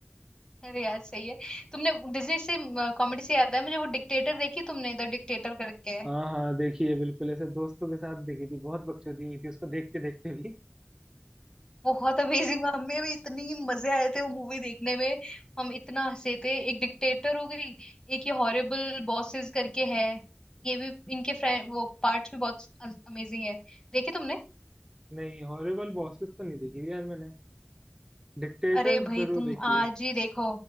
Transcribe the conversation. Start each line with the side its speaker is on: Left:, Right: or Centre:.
Left: अरे यार सही है तुमने डिज्नी से कॉमेडी से याद है मुझे वो डिक्टेटर देखी तुमने द डिक्टेटर करके है।
Right: हाँ हाँ देखिए बिल्कुल ऐसे दोस्तों के साथ देखी थी बहुत बकचोदी हुई थी उसको देखते देखते भी
Left: बहुत अमेजिंग हमें भी इतनी मजे आए थे वो मूवी देखने में हम इतना हंसे थे एक डिक्टेटर हो गई एक ये हॉरिबल बॉसेस करके है ये भी इनके फ्रेंड वो पार्ट्स भी बहुत अमेजिंग है देखी तुमने
Right: नहीं हॉरिबल बॉसेस तो नहीं देखी यार मैंने डिक्टेटर
Left: अरे भाई
Right: जरूर
Left: तुम
Right: देखी
Left: आज
Right: है
Left: ही देखो